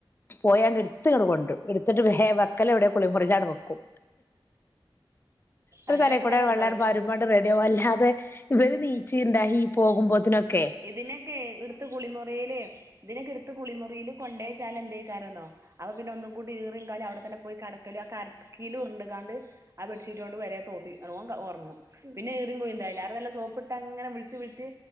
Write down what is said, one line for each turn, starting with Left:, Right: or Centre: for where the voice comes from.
Left: പോയാണ്ട് എടുത്തിങ്ങിട് കൊൺട്രും എന്നട്ട്‌വെഹെ വെക്കലെവിടെ കുളിമുറി അവടെവെക്കും ഒരു
Right: അങ്ങനെയൊക്കെ
Left: തലക്കൂടെ
Right: തന്നെ
Left: <unintelligible>
Right: നടക്കുള്ളൂ ഇത്
Left: റെഡിയാവും അല്ലാതെ. ഇവര് നീച്ചി ഇണ്ടായി പോകുമ്പോ <unintelligible>
Right: ഇതിനെക്കെ ഇടുത്ത് കുളിമുറിലെ ഇതിനൊക്കെ ഇടുത്ത് കുളിമുറിയിൽ കൊണ്ട വെച്ചാൽ എന്തെയ്ക്കാരുംന്നോ അപ്പൊ പിന്നെ ഒന്നും കൂടി ഈറിയും കായാലും അവിടെ തന്നെ പോയി കടക്കല്ആ കറക്കിൽ ഉരണ്ടുകാണ്ട് ആ ബെഡ്ഷീറ്റ് കൊണ്ട് വരെ തോർത്തി ഓൻഉറങ്ങു പിന്നെ ഈറും കൊയ് ന്താല നല്ല സോപ്പി ട്ട് അങ്ങനെ വിളിച്ച് വിളിച്ച്